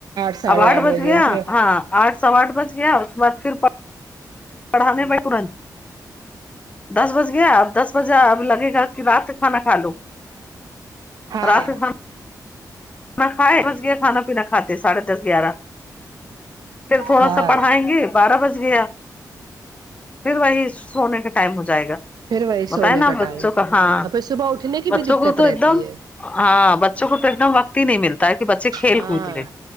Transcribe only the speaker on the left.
اب آٹھ بج
گیا
ہاں آٹھ سوا آٹھ بج گیا اس کے بعد پھر پڑھانے ب ترنت دس بج گیا اب دس بجے اب لگے گا کہ رات کھانا کھا لو
رات کا کھانا میں کھائے بس گیا کھانا پینا کھاتے ساڑھ دس گیارہ پھر تھوڑا
سا پڑھائیں گے بارہ بج گیا پھر وہی سونے کا ٹائم ہو جائے گا
بتائے
نا
بچوں
کا ہاں
بچوں
کو تو ایک
دم
ہاں بچوں کو تو ایک دم وقت ہی نہیں ملتا ہے کہ بچے کھیل
کود لیں